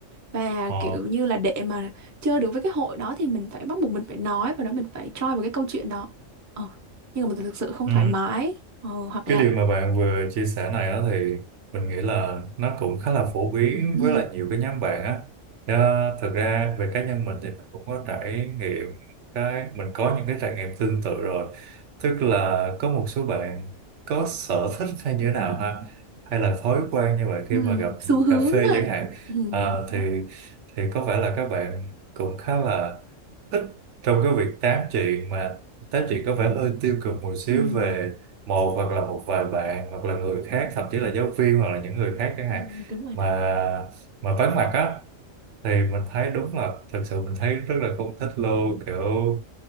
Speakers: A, on the right; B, on the right.
A: và
B: ồ,
A: kiểu như là để mà chơi được với cái hội đó thì mình phải bắt buộc mình phải nói và đó mình phải choi vào cái câu chuyện đó ờ. nhưng mà mình thực sự không
B: ừ.
A: thoải mái ờ, hoặc
B: cái
A: là
B: điều mà bạn vừa chia sẻ này á thì mình nghĩ là nó cũng khá là phổ biến
A: ừ,
B: với lại nhiều cái nhóm bạn á Ờ, thực ra về cá nhân mình thì mình cũng có trải nghiệm cái mình có những cái trải nghiệm tương tự rồi tức là có một số bạn có sở <laughs> thích hay như thế nào ha hay là thói quen như vậy khi
A: ừ,
B: mà gặp
A: xu hướng
B: cà phê
A: á
B: chẳng hạn
A: ừ,
B: Ờ,
A: đúng rồi
B: thì
A: đó
B: thì có vẻ là các bạn cũng khá là thích trong cái việc tám chuyện mà tám chuyện có vẻ hơi tiêu cực một
A: ừ,
B: xíu về một hoặc là một vài bạn hoặc là người khác thậm chí là giáo viên hoặc là những người khác chẳng
A: ừ,
B: hạn
A: đúng rồi
B: mà
A: đó
B: mà vắng mặt á thì mình thấy đúng là thật sự mình thấy rất là không thích luôn kiểu